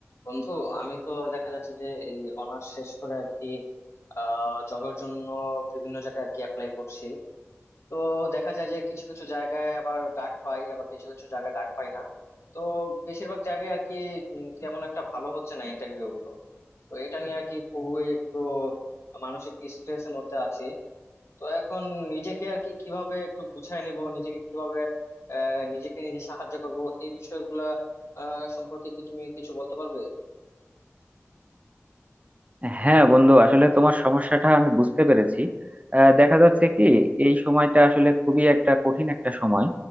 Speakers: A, on the left (about 70°); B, on the right (about 30°).
A: বন্ধু আমি তো দেখা যাচ্ছে যে এই অনার্স শেষ করে আর কি আহ জবের জন্য বিভিন্ন জায়গায় আর কি অ্যাপ্লাই করছি তো দেখা যায় যে কিছু কিছু জায়গায় আবার ডাক পাই আবার কিছু কিছু জায়গায় ডাক পাই না তো বেশিরভাগ জায়গায় আর কি উম, তেমন একটা ভালো হচ্ছে না ইন্টারভিউ গুলো তো এটা নিয়ে আর কি খুবই একটু মানসিক স্ট্রেসের মধ্যে আছি তো এখন নিজেকে আর কি কিভাবে একটু গুছায় নিব নিজেকে কিভাবে আহ নিজেকে নিজে সাহায্য করব এই বিষয়গুলা আহ সম্পর্কে কি তুমি কিছু বলতে পারবে
B: হ্যাঁ বন্ধু আসলে তোমার সমস্যাটা আমি বুঝতে পেরেছি আহ, দেখা যাচ্ছে কি এই সময়টা আসলে খুবই একটা কঠিন একটা সময়